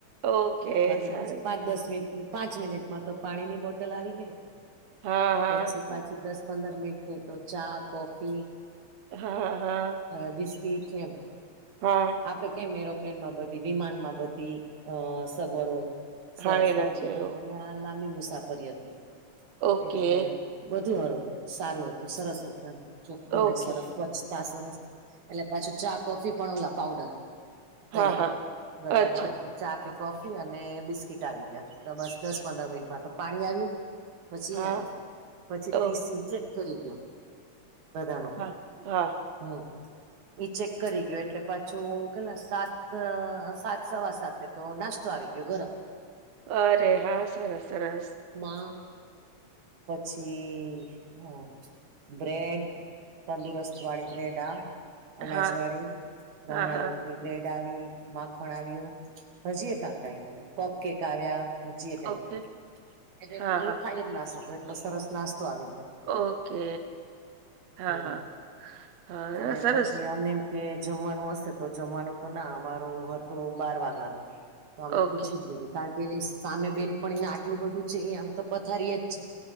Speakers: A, on the right; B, on the right.
A: ઓકે
B: અને
A: સારું
B: પછી પાંચ દસ મિનિટ પાંચ મિનિટ માં તો પાણીની બોટલ આવી ગઈ
A: હા હા
B: પછી
A: સારું.
B: પાછી દસ પંદર મિનિટ તો ચા કોફી
A: હા હા.
B: હ બિસ્કીટ એમ
A: હા.
B: આપડ કેમ એરોપ્લેનમાં બ વિમાનમા બધી અ સગવડ હોય સરસ
A: હા એના
B: એટલે
A: જેવું
B: અમે આ લાંબી મુસાફરી હતી
A: ઓકે
B: એટલે બધું હરુ સારું હતું સરસ હતું એમ હુ
A: ઓકે
B: ને સરસ સ્વચ્છતા સરસ એટલે પાછું ચા કોફી પણ ઓલા પાવડર
A: હા
B: તૈયાર
A: હા
B: ગરમ
A: અચ્છા
B: પાણી કે ચા કે કોફી અને બિસ્કીટ આવી ગયા બસ દસ પંદર મિનિટમાં તો પાણી આવ્યું પછી
A: હા
B: આવી ગયો પછી પીસી
A: ઓ
B: ચેક કરી ગયો બધાનું
A: હા હા
B: હમ ઈ ચેક કરી ગયો એટલે પાછું કેલા સાત સાત સવા સાતે તો નાસ્તો આવી ગીયો ગરમ
A: અરે હા સરસ સરસ.
B: મા પછી હા બ્રેડ તંદુરસ્ત વાળી બ્રેડ આ અનાજ
A: હા
B: વાળી ઘઉંના
A: હા હા
B: લોટની બ્રેડ આવી, માખણ આવ્યું હજી કાય કપકેક આવ્યા હાજી એ
A: ઓકે.
B: કઈ હતી એટલે
A: હા,
B: એટલું
A: હા.
B: બધું ખાઈ જ ના શકો એટલો સરસ નાસ્તો આવી ગયો.
A: ઓકે હા
B: હમ
A: હા. હા,
B: અને
A: સરસ.
B: પછી અમે કે જમવાનું હશે તો જમવાનું તો ના અમારું હતું બાર વાગ્યાનું. તો અમે
A: ઓકે.
B: પૂછી જ લીધું કારણ કે એ સામે બેનપણી એને આટલું બધું છે એ આમ તો પથારી યે જ છે.